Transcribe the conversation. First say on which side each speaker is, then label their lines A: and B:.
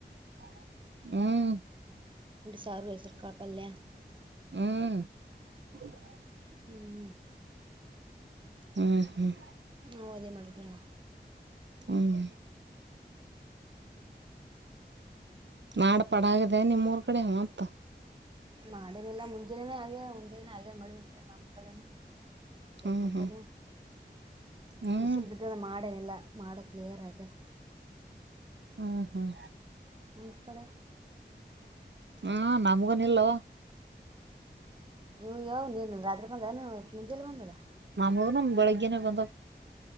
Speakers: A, on the right; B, on the right.
A: ಹ್ಮ್ ಹ್ಮ್
B: ಸಾರು ಹೆಸರು ಕಾಳು ಪಲ್ಯ
A: ಹ
B: ಹ್ಮ್
A: ಹ್ಮ್ ಹ್ಮ್
B: ನಾ್ ಅದೇ ಮಾಡಿ ತ್ತ
A: ಹ್ಮ್ ನಾಡ್ ಪಡಾಗಿದೆ ನಿಮ್ಮ್ೂರ್ ಕಡೆ ಮತ್ತ
B: ಮಾಡೇನಿಲ್ಲ ಮುಂಜಾನೇನೆೇ ಆಗೆ ಮುಂಜಾನೇ ಆಗೆ ಮಳಿ ನಮ್ ಕಡೆನು
A: ಹ್ಮ್
B: ಮುಂಚರಿ
A: ಹ್ಮ್ ಹ್ಮ್
B: ಬಿಸಿಲು ಬಿದ್ದ ಮಾಡೇನಿಲ್ಲ ಮಾಡೋ ಕ್ಲಿಯರ್ ಆಗ್ಯದ
A: ಹ್ಮ್ ಹ್ಮ್
B: ನಮ್ಮ್ ಕಡೆ
A: ಹ್ಮ ನಮ್ಗನ ಇಲ್ವಾ
B: ನೀವು ಯಾವ ನೀನು ರತ್ರಿ ಬಂದದ ಮುುಂಜೆಲ್ಲಿ ಬಂದದಾ
A: ನಮಗನು ಬೆಳಗ್ಗೆನೆ ಬಂದ